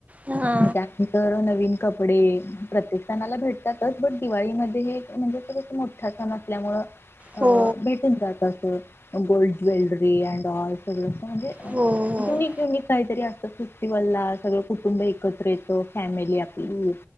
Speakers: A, on the right; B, on the left.
A: हा
B: मजाक कर नई नवीन कपडे, प्रत्येक सणाला भेटतातच पण दिवाळीमध्ये हे म्हणजे मोठा सण असल्यामुळं अ
A: हो
B: भेटून जातात. अं अन् गोल्ड ज्वेलरी अँन्ड ऑलं सगळं म्हणजे अ
A: हो
B: युनिक-युनिक काहीतरी अस् फेस्टिवला सगळं कुटुंब एकत्र येतो फॅमिली आपली.